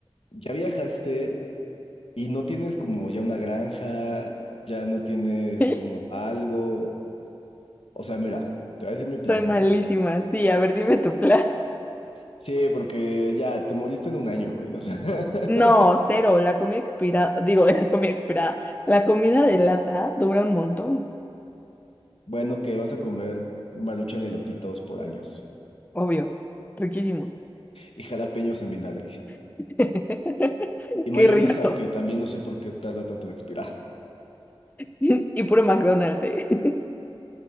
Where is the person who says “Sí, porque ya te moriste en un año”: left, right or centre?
Left